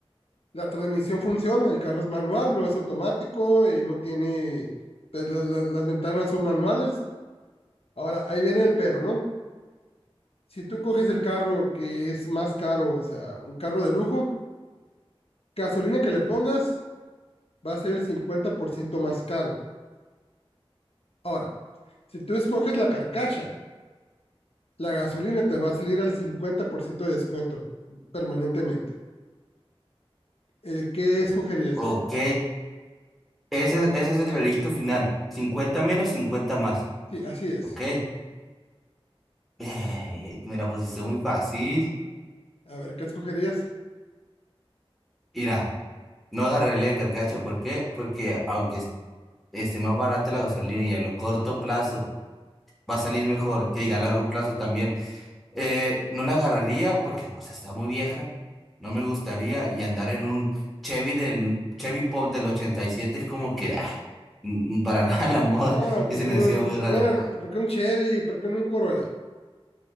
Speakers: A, on the left; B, in the centre.
A: la transmisión funciona, el carro es manual, no es automático, y no tiene, pues, las, las, las ventanas son manuales, Ahora, ahí viene el pero, ¿no? Si tú coges el carro que es más caro, o sea, un carro de lujo, gasolina que le pongas va a ser el 50% más caro. Ahora, si tú escoges la carcacha, la gasolina te va a salir al 50% de descuento permanentemente. ¿El qué escogerías
B: ok.
A: ahí?
B: Ese, ese es el veredicto final. 50 menos, 50 más.
A: Sí, así es.
B: Ok. Eh, me la pusiste muy fácil.
A: A ver, ¿qué escogerías?
B: Mira, no agarraré la carcacha. ¿Por qué? Porque aunque est- esté más barata la gasolina y a lo corto plazo va a salir mejor, que diga a largo plazo también. Eh, no la agarraría porque pues está muy vieja. No me gustaría y andar en un Chevy del Chevy Pop del 87 es como que ay, mm, para <laughs> nada la moda
A: Ah,
B: y
A: pues
B: se me
A: no,
B: decía muy raro.
A: mira, no, ¿por qué un Chevy? ¿Por qué no un Corolla?